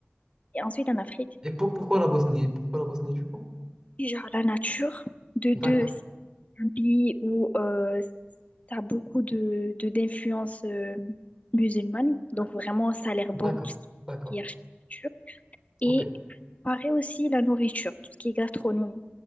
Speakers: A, on the left; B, on the right.
A: Et ensuite, en Afrique,
B: Et pour- pourquoi la Bosnie? Pourquoi la Bosnie du coup?
A: genre la nature, de
B: D'accord,
A: deux. pays où euh, ça a beaucoup de, de d'influence euh, musulmane. Donc vraiment, ça a l'air
B: d'accord,
A: beau, tout ce
B: d'accord.
A: qui est architecture. Et
B: Ok,
A: pareil aussi la nourriture, tout ce qui est gastronomie.